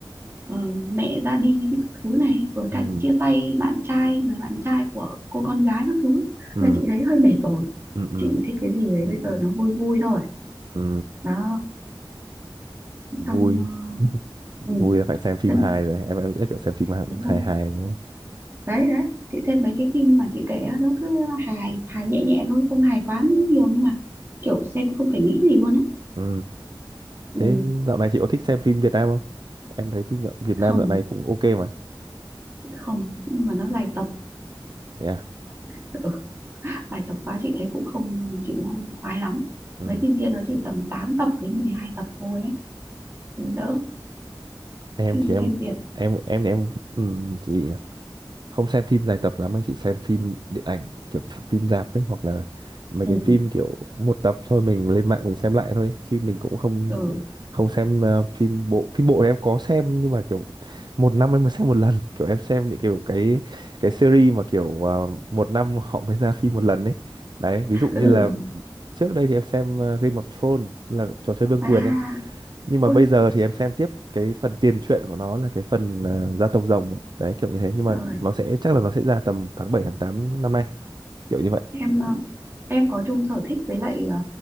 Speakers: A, on the right; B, on the right.
A: ờ, mẹ ra đi với các thứ này rồi cảnh
B: ừ
A: chia tay bạn trai người bạn trai của cô con gái các thứ
B: ừ
A: là chị thấy hơi mệt rồi
B: ừ ừ
A: chị
B: ừ,
A: thích cái gì đấy bây giờ nó vui vui thôi
B: ừ,
A: đó
B: vui
A: xong ờ,
B: <laughs>
A: ừ
B: vui là phải xem phim
A: chân
B: hài rồi em em nghĩ là kiểu xem phim hài
A: đúng
B: hài
A: rồi
B: hài đúng không
A: đấy đấy chị xem mấy cái phim mà chị kể á, nó cứ hài hài nhẹ nhẹ thôi không hài quá nhiều nhưng mà kiểu xem không phải nghĩ gì luôn á
B: ừ
A: ừ,
B: thế dạo này chị có thích xem phim Việt Nam không em thấy phim dạo- Việt
A: không
B: Nam dạo này cũng ok mà
A: chị không nhưng mà nó dài tập
B: yeah
A: <laughs> ừ, dài tập quá chị thấy cũng không chị cũng không khoái lắm
B: ừ
A: mấy phim kia nó chỉ tầm 8 tập đến 12 tập thôi ấy Ừ, đỡ
B: em
A: phim
B: thì em
A: phim Việt
B: em em thì em ừ, gì nhỉ? không xem phim dài tập lắm em chỉ xem phim điện ảnh kiểu phim rạp ấy hoặc là mấy
A: ừ
B: cái phim kiểu một tập thôi mình lên mạng mình xem lại thôi ấy. chứ mình cũng không
A: ừ
B: không xem ờ, phim bộ phim bộ thì em có xem nhưng mà kiểu một năm em mới xem một lần kiểu em xem những kiểu cái cái series mà kiểu ờ, một năm họ mới ra phim một lần ấy đấy ví dụ như
A: ừ
B: là trước đây thì em xem ờ, Game of Thrones là trò chơi vương quyền
A: à
B: ấy nhưng mà
A: ôi
B: bây giờ thì em xem tiếp cái phần tiền truyện của nó là cái phần à, gia tộc rồng ấy. đấy kiểu như thế nhưng mà
A: trời
B: nó sẽ chắc là nó sẽ ra tầm tháng bảy tháng tám năm nay kiểu như vậy
A: em ờ, em có chung sở thích với lại ờ,